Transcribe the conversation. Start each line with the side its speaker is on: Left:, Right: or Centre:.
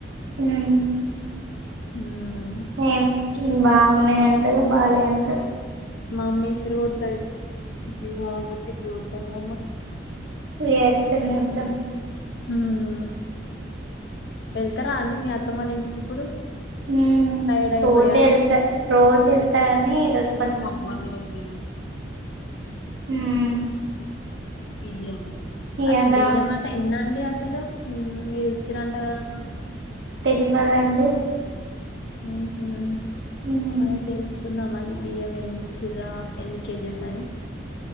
Right: మ్మ్
Left: ఉమ్
Right: ఏం బాగున్నాయి అంటదో బాలే అంట
Left: మా అమ్మ ఇసురు కొడతాది జీవ అదక ఇసురు కొడతాది మా అమ్మ
Right: పోయాచ్చు ఉంది అడ్డం
Left: ఉమ్ వెళ్తారా అండి మీ అత్తమ్మోళ్ల ఇంటికి ఇప్పుడు
Right: ఉమ్
Left: టైర్డ్ అయిపోయారా
Right: రోజు వెళ్తా రోజు వెళ్తా అని ఈ రోజు
Left: <unintelligible>
Right: ఉమ్
Left: బియ్యం
Right: ఇయాల
Left: అది బియ్యమాట ఎన్నండి అసలు ఉమ్ మీరు ఇచ్చిర్రు అంట కదా అప్పుడు
Right: తెలువదండి
Left: ఉహుమ్
Right: ఉమ్
Left: అదే తెల్సుకుందామ్ అని అది బియ్యం ఎన్ని ఇచ్చిర్రా ఎన్ని కేజెస్ అని